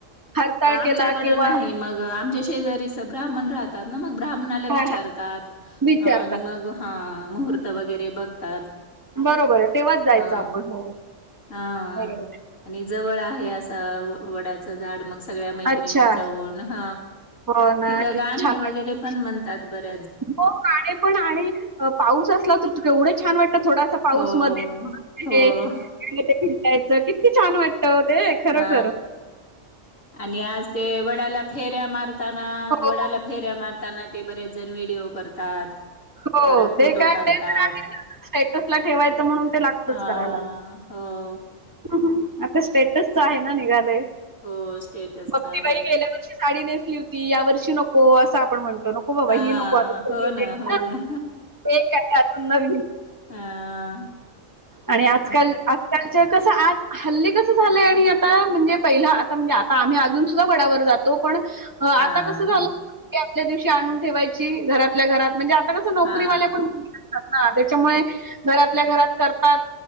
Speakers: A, on the right (about 15°); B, on the left (about 75°).
A: हरताळ
B: ह आमच्याकड
A: केला किंवा
B: नाही मग आमच्या शेजारीच ब्राह्मण राहत. त्या न मग ब्राह्मणाला
A: हा
B: विचारतात
A: हा विचारतात.
B: आणि मग हाआआ मग मु त वगैरे बघतात.
A: बरोबर आहे तेव्हाच जायचं
B: हा
A: आपण हो.
B: हा
A: बरोबर.
B: आणि जवळ आहे असं.. वडाचं झाड मग सगळ्या मैत्रिणी
A: अच्छा
B: जाऊन ह.
A: हो ना
B: तिथं
A: किती
B: गाणे
A: छान
B: वगैरे
A: वाटलं.
B: पण म्हणतात बर.
A: हो ग पण आणि पाऊस असला तर तु एवढं छान वाट थोडासा पाऊस
B: हो
A: मध्ये
B: हो
A: फिरता येत किती छान वाटत. हो दे खरं
B: हा
A: खर.
B: आणि आज ते वडाला फेऱ्या मारताना
A: हो
B: वडाला फेऱ्या मारताना ते बरेच जण व्हिडिओ करतात.
A: हो
B: परत फोटो
A: ते काय
B: काढतात
A: तेच आहे. स्टेटस ला ठेवायचं म्हणून ते लागतच
B: हा
A: करायला.
B: <unintelligible>
A: हं, हं. आता स्टेटसच आहे ना निघाले.
B: हो स्टेटसचा
A: बग ती
B: आहे
A: बाई गेल्या वर्षी साडी नेसली होती या वर्षी नको असं आपण म्हणतो. नको बाबा
B: हा
A: ह नको आता
B: हो
A: ते
B: ना हो ना
A: काय अजून नवीन.
B: हा..
A: आणि आजकाल
B: हा
A: आज कल्चर कस आज हल्ली कसं झालंय आणि आता म्हणजे पहि आता म्हणजे आता आम्ही अजून सुद्धा वडावर आ
B: हा
A: क झा आपल्या दिवशी आणून ठेवायची घरातल्या घरात म्हणजे कस नोकरीवाल्या
B: हा
A: पण मु असतात ना त्याच्यामुळे घरातल्या घरात करतात